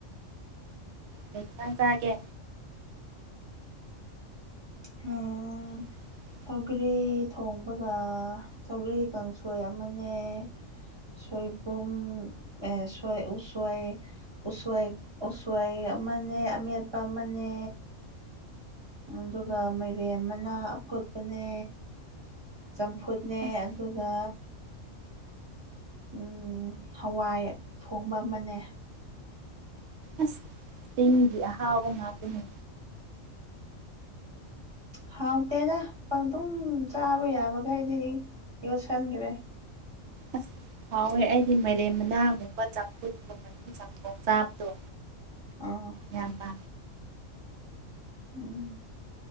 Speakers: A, on the right (about 65°); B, on the right (about 20°).
A: ꯀꯩ ꯍꯤꯟꯁꯥꯡ ꯆꯥꯒꯦ꯫
B: ꯎꯝ꯫
A: <unintelligible>
B: ꯁꯧꯒ꯭ꯔꯤ ꯊꯣꯡꯕꯒ ꯁꯧꯒ꯭ꯔꯤ ꯀꯥꯡꯁꯣꯏ ꯑꯃꯅꯦ꯫ ꯁꯣꯏꯕꯨꯝ ꯑꯦ ꯁꯣꯏ ꯎꯁꫭꯏ ꯎꯁꫭꯏ ꯎꯁꫭꯏ ꯑꯃꯅꯦ ꯑꯃꯦꯠꯄ ꯑꯃꯅꯦ ꯑꯗꯨꯒ ꯃꯩꯔꯦꯟ ꯃꯅ ꯑꯐꯨꯠꯄꯅꯦ꯫ ꯆꯝꯐꯨꯠꯅꯦ
A: ꯑꯁ
B: ꯑꯗꯨꯒ ꯎꯝ ꯍꯋꯥꯏ ꯊꯣꯡꯕ ꯑꯃꯅꯦ꯫
A: ꯑꯁ ꯆꯤꯡꯒꯤ ꯑꯍꯥꯎꯕ ꯉꯥꯛꯇꯅꯦ꯫
B: ꯍꯥꯎꯇꯦꯗ ꯄꯪꯗꯨꯝ ꯆꯥꯕ ꯌꯥꯕꯈꯩꯗꯤꯗꯤ ꯌꯣꯠꯁꯟꯒ꯭ꯔꯦ꯫
A: ꯑꯁ ꯍꯥꯎꯋꯦ ꯑꯩꯗꯤ ꯃꯔꯦꯝ ꯃꯅꯥꯒꯨꯝꯕ ꯆꯝꯐꯨꯠꯀꯨꯝꯕ ꯆꯝꯊꯣꯡ ꯆꯥꯕꯗꯣ꯫
B: ꯑꯥ
A: ꯌꯥꯝꯅ
B: ꯎꯝ